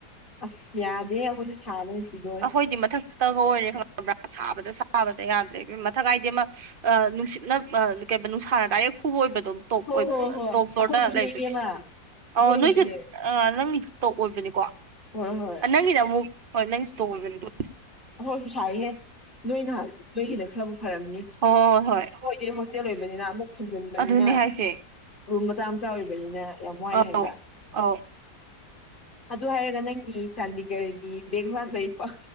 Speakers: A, on the left (about 30°); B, on the right (about 45°).
A: ꯑꯁ ꯌꯥꯗꯦ ꯑꯩꯈꯣꯏꯁꯨ ꯁꯥꯕꯅ ꯁꯤꯗꯣꯏ
B: ꯑꯩꯈꯣꯏꯗꯤ ꯃꯊꯛꯇꯒ ꯑꯣꯏꯔꯦ ꯈꯪꯉꯕ꯭ꯔꯥ ꯁꯥꯕꯗ ꯁꯥꯕꯗ ꯌꯥꯗ꯭ꯔꯦ ꯏꯕꯦꯝ ꯃꯊꯛ ꯍꯥꯏꯗꯤ ꯑꯃ ꯑ ꯅꯨꯡꯁꯤꯠꯅ ꯑ ꯀꯩꯕ ꯅꯨꯡꯁꯥꯅ ꯗꯥꯏꯔꯦꯛ ꯐꯨꯕ ꯑꯣꯏꯕꯗꯣ ꯇꯣꯞ
A: ꯍꯣꯏ
B: ꯑꯣꯏ
A: ꯍꯣꯏ ꯍꯣꯏ
B: ꯇꯣꯞ
A: ꯑꯩꯈꯣꯏꯁꯨꯅꯦ
B: ꯐ꯭ꯂꯣꯔꯗ ꯂꯩꯕꯒꯦ
A: ꯏꯕꯦꯝꯃ ꯑꯩꯈꯣꯏꯒꯤꯁꯨꯅꯦ
B: ꯑ ꯅꯣꯏꯁꯦ ꯑ ꯅꯪꯒꯤꯁꯨ ꯇꯣꯛ ꯑꯣꯏꯕꯅꯤꯀꯣ
A: ꯍꯣꯏ ꯍꯣꯏ
B: ꯑꯅꯪꯒꯤꯅꯃꯨꯛ ꯍꯣꯏ ꯅꯪꯒꯤꯁꯨ ꯇꯣꯛ ꯑꯣꯏꯕꯅꯤꯗꯣ
A: ꯑꯩꯈꯣꯏꯁꯨ ꯁꯥꯏꯍꯦ ꯅꯣꯏ ꯅꯍ ꯅꯣꯏꯒꯤꯅ ꯈꯔꯕꯨ ꯐꯔꯝꯅꯤ
B: ꯍꯣꯏ ꯍꯣꯏ ꯍꯣꯏ
A: ꯍꯣꯏꯗꯤ ꯍꯣꯁꯇꯦꯜ ꯑꯣꯏꯕꯅꯤꯅ ꯑꯃꯨꯛ ꯐꯨꯝꯖꯤꯟꯕꯅꯤꯅ
B: ꯑꯗꯨꯅꯦ ꯍꯥꯏꯁꯦ
A: ꯔꯨꯝ ꯃꯆꯥ ꯃꯆꯥ ꯑꯣꯏꯕꯅꯤꯅ ꯌꯥꯝ ꯋꯥꯏ
B: ꯑꯧ
A: ꯍꯥꯏꯕ
B: ꯑꯧ
A: ꯑꯗꯨ ꯍꯥꯏꯔꯒ ꯅꯪꯒꯤ ꯆꯥꯟꯗꯤꯒꯔꯒꯤ ꯕꯦꯒ ꯍꯨꯔꯥꯟꯕꯩ ꯄ